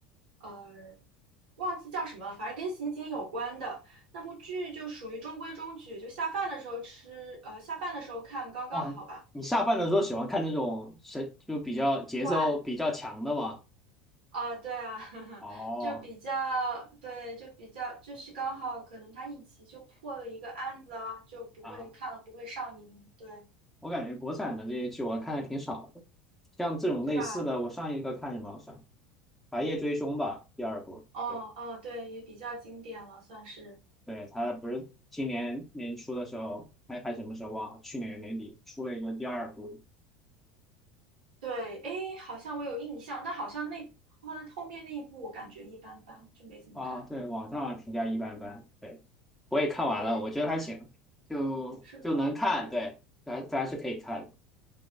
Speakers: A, on the right; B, in the centre.
A: 呃，忘记叫什么了，反正跟刑警有关的那部剧就属于中规中矩，就下饭的时候吃，呃，下饭的时候看刚刚好吧。
B: 哦，你下饭的时候喜欢看这种谁就比较节奏比较强的吗？
A: 嗯，破案。啊，对啊，<laughs>
B: 哦，
A: 就比较，对，就比较，就是刚好可能他一集就破了一个案子啊，就不会看了不会上瘾，
B: 啊，
A: 对，
B: 我感觉国产的这些剧我看的挺少的，像这种类似的，
A: 是吧？
B: 我上一个看什么？我上《白夜追凶》吧，第二部。
A: 哦哦，
B: 对
A: 对，也比较经典了，算是。
B: 对，他不是今年年初的时候，还还什么时候忘了？去年年底出了一个第二部，
A: 对，诶，好像我有印象，但好像那后来后面那一部我感觉一般般，就没怎么看。
B: 啊，对，网上评价一般般，对，我也看完了，
A: 对，
B: 我觉得还行，就就能看，
A: 是吧？
B: 对，还还是可以看的。